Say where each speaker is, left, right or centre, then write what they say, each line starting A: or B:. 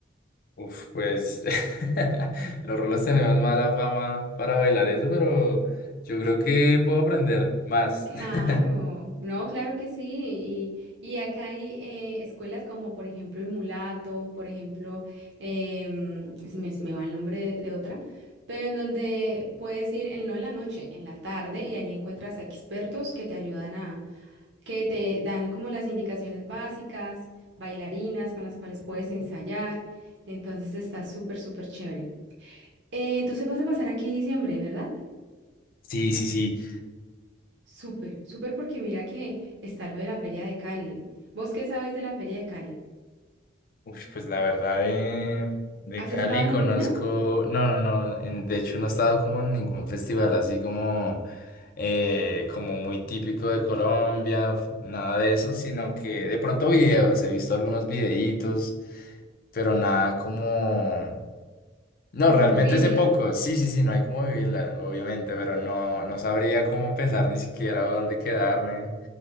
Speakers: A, on the left; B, on the right.
A: Uf, pues <laughs> los rolos tenemos mala fama para bailar eso, pero yo creo que puedo aprender más.
B: Claro,
A: <laughs>
B: no, claro que sí. Y, y acá hay eh, escuelas como, por ejemplo, el Mulato, por ejemplo, em, se me, se me va el nombre de, de otra, pero en donde puedes ir, en, no en la noche, en la tarde, y allí encuentras a expertos que te ayudan a, que te dan como las indicaciones básicas, bailarinas con las cuales puedes ensayar. Entonces está súper, súper chévere. Eh, entonces vas a pasar aquí diciembre, ¿verdad?
A: Sí, sí, sí.
B: Súper, súper porque mira que está lo de la Feria de Cali. ¿Vos qué sabes de la Feria de Cali?
A: Uy, pues la verdad de, de
B: ¿Has
A: Cali
B: estado en
A: conozco,
B: alguna?
A: no, no, no, en- de hecho no he estado como en ningún festival así como, eh, como muy típico de Colombia, nada de eso, sino que de pronto videos, he visto algunos videitos, pero nada como, no,
B: ¿Cómo
A: realmente
B: vivirla?
A: hace poco, sí, sí, sí, no hay como vivirla, obviamente, pero no, no sabría cómo empezar ni siquiera o dónde quedarme.